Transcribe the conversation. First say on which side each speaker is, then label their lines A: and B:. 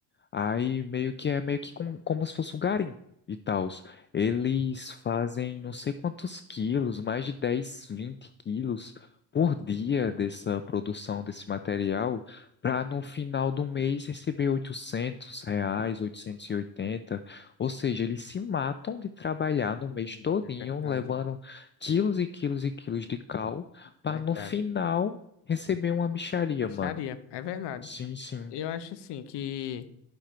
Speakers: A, on the left (about 25°); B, on the left (about 70°).
A: Aí meio que é meio que com- como se fosse um garimpo e tal. Eles fazem não sei quantos quilos, mais de 10 20 quilos por dia dessa produção desse material, para no final do mês receber 800 reais, oitocentos e oitenta Ou seja, eles se matam de trabalhar no
B: Hum,
A: mês todinho,
B: é verdade,
A: levando quilos e quilos e quilos de cal, para
B: verdade.
A: no final receber uma mixaria,
B: Mexaria,
A: mano.
B: é verdade.
A: Sim, sim.
B: Eu acho assim que